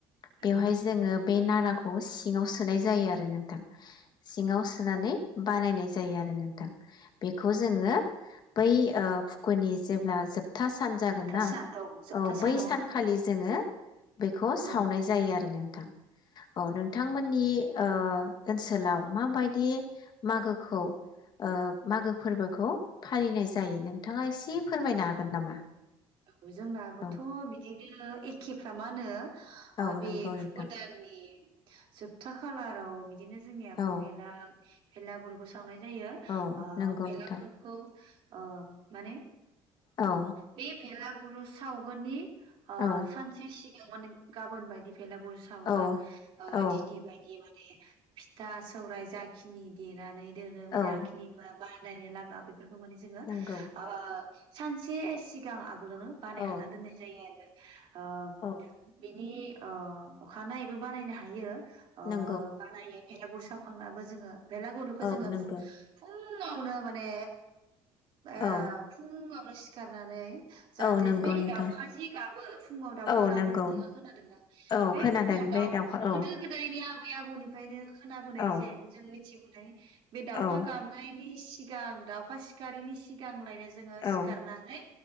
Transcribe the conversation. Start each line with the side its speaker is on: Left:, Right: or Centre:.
Left: बेवहाय
Right: औ
Left: जोंङो बे नाराखौ सिंङाव सोनाय जायो आरो नोंथां सिङाव सोनानै बानायनाय जायो आरो नोंथां बेखौ जोङो बै ओ फुकुनि जेब्ला जोब था सान जागोन
Right: जोबथा
Left: ना
Right: सान जोबथा
Left: औ
Right: सानाव
Left: बै सानखालि जोङो बेखौ सावनाय
Right: औ
Left: जायो आरो नों थां औ नोंथांमोन नि ओ ओनसोलाव माबायदि मागोखौ ओ मागो फोरबोखौ फालिनाय जायो
Right: औ
Left: नोंथाङा एसे फोरमायनो
Right: औ
Left: हागोन नामा
Right: औ जोंनाबोथ'
Left: औ
Right: बिदिनो एखेफ्रामानो ओ
Left: औ
Right: बे
Left: नंगौ नोंथां
Right: फुखु दाननि जोबथा खो खालाराव बिदिनो जोंनियाबो
Left: औ
Right: भेलाग भेलागुरुखो सा सावनाय जायो
Left: औ
Right: ओ
Left: नंगौ
Right: भेलागुरखौ
Left: नोंथां
Right: अ माने
Left: औ
Right: बे भेलागुरु सावगोननि आ
Left: औ
Right: सानसे सिग <unintelligible> गाबोन बायदि फेलागुर सावगोन
Left: औ
Right: ओ
Left: औ
Right: दिनि बायदि फिथा सौराय जाखिनि देनानै दोनो
Left: औ
Right: जा खिनि माबा नायनो लागा बे फोरखौ माने जोङो
Left: नंगौ
Right: ओ सानसे सि गां आवगोलावनो बानायखान
Left: औ
Right: दोन्नाय जायो आरो ओ
Left: औ
Right: बिनि अ, अखानायनायैबो बानायनो हायो। अ
Left: नंगौ
Right: बानायो। बेलागुर सावखांनाबो जोङो बेेलागुरुखौ
Left: औ
Right: जोङो
Left: नंगौ
Right: फु-फुं फुंआवनो माने ओ
Left: औ
Right: फुं फुंआवनो सिखारनानै जाहाथे
Left: औ नंगौ
Right: बै
Left: नोंथां
Right: दाउखा जि गाबो फुङाव दाउखा
Left: औ
Right: गाबो
Left: नंगौ
Right: नोंथाङा खोनादोंना?
Left: औ
Right: बे
Left: खोनादों
Right: फुङाव
Left: बे
Right: दाउ
Left: दाउखा
Right: गोदो
Left: औ
Right: गोदायनि आबौ आबै आबौनिफ्रायनो खोनाबोनाय
Left: औ
Right: जे जोंनि <unintelligible> बे दाउखा
Left: औ
Right: गाबनायनि सिगां दाउखा सिखारिनि सिगां लायनो जोङो सिखारनानै
Left: औ